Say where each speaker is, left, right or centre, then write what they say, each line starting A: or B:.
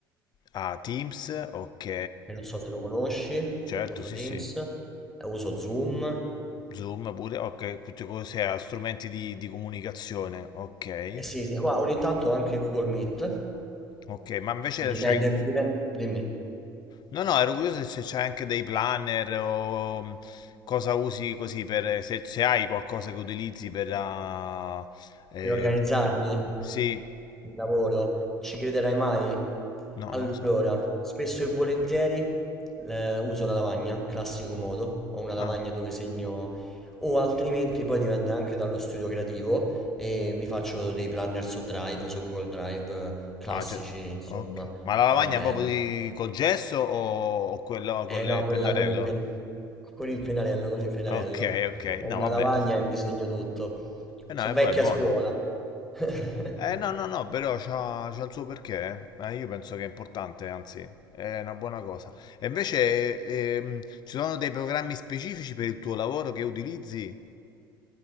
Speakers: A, on the left; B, in the centre.
A: ah, Teams, ok,
B: che non so se lo conosci,
A: certo,
B: uso
A: sì,
B: Teams,
A: sì,
B: eh, uso Zoom.
A: Zoom pure, ok, tutte cose, ah, strumenti di, di comunicazione, ok,
B: Eh sì, sì, ma ogni tanto anche Google Meet.
A: ok, ma invece
B: Dipende,
A: c'hai...
B: dipende, dimmi.
A: No, no, ero curioso se c'hai anche dei planner o mh, cosa usi così per... eh, se, se hai qualcosa che utilizzi per... ah, eh,
B: Per organizzarmi
A: di-
B: il
A: sì,
B: lavoro? Ci crederai mai?
A: no,
B: Allora,
A: non lo so.
B: spesso e volentieri eh, uso la lavagna, classico modo. Ho una
A: Ah.
B: lavagna dove segno, o altrimenti poi dipende anche dallo studio creativo e mi faccio dei planner su Drive, su Google Drive, eh, classici,
A: Ah, cioè,
B: insomma,
A: ok. Ma la lavagna
B: tabelle.
A: proprio di- col gesso o, o quello
B: Eh
A: con le
B: no, quella
A: pennarello?
B: con il pen- con il pennarello, con il pennarello.
A: Ok, ok.
B: Ho
A: No,
B: una
A: vabbè.
B: lavagna e mi segno tutto.
A: Eh
B: Sono
A: no, è bu-
B: vecchia
A: è buono.
B: scuola. <laughs>
A: Eh no, no, no, però c'ha, c'ha il suo perché. eh. Eh, io penso che è importante, anzi, è una buona cosa. E invece, ehm, ci sono dei programmi specifici per il tuo lavoro che utilizzi?